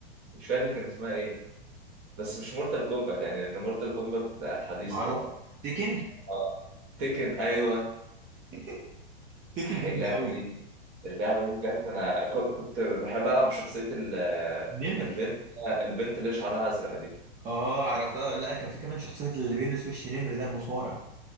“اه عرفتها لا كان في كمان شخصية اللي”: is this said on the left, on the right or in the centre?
Right